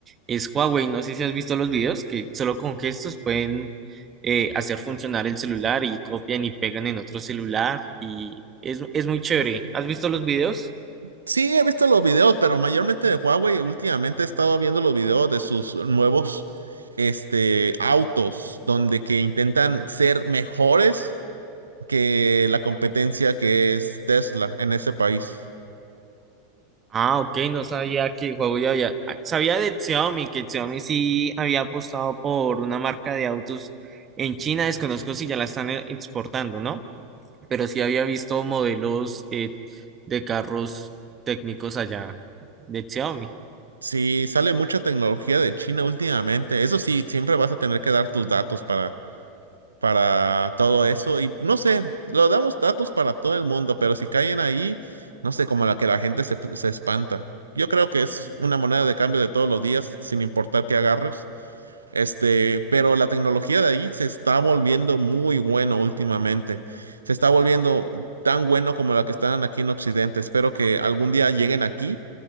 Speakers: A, on the right; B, on the right.
A: es Huawei. No sé si has visto los videos que solo con gestos pueden eh, hacer funcionar el celular y copian y pegan en otro celular y es, es muy chévere. ¿Has visto los videos?
B: Sí, he visto los videos, pero mayormente de Huawei. Últimamente he estado viendo los videos de sus nuevos, este, autos, donde que intentan ser mejores que la competencia que es Tesla en ese país.
A: Ah, ok, no sabía que Huawei había, ah, sabía de Xiaomi, que Xiaomi sí había apostado por una marca de autos en China, desconozco si ya la están e- exportando, ¿no? pero sí había visto modelos eh, de carros técnicos allá de Xiaomi.
B: Sí, sale mucha tecnología de China últimamente. Eso sí, siempre vas a tener que dar tus datos para para todo eso. Y no sé, lo damos datos para todo el mundo, pero si caen ahí, no sé, como la que la gente se, se espanta. Yo creo que es una moneda de cambio de todos los días, sin importar qué agarres. Este, pero la tecnología de ahí se está volviendo muy bueno últimamente. Se está volviendo tan bueno como la que están aquí en Occidente. Espero que algún día lleguen aquí